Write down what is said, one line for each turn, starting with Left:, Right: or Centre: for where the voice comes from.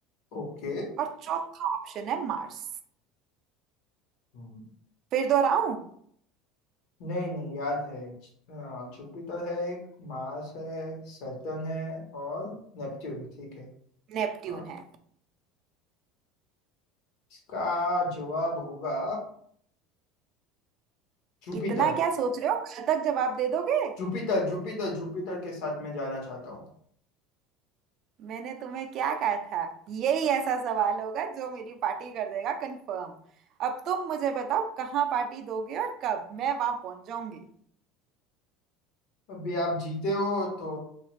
Left: ओके
Right: और चौथा ऑप्शन है मार्स
Left: हम्म,
Right: फिर दोहराऊं
Left: नहीं नहीं याद है अ, जुपिटर है एक मार्स है सैटर्न है और नेपट्यून ठीक है
Right: नेपट्यून
Left: हाँ,
Right: है
Left: इसका जवाब होगा जुपिटर
Right: इतना क्या सोच रहे हो कल तक जवाब दे दोगे
Left: जुपिटर जुपिटर जुपिटर के साथ मैं जाना चाहता हूँ
Right: मैंने तुम्हें क्या कहा था यही ऐसा सवाल होगा जो मेरी पार्टी कर देगा कंफर्म अब तुम मुझे बताओ कहाँ पार्टी दोगे और कब मैं वहां पहुंच जाऊंगी
Left: अभी आप जीते हो तो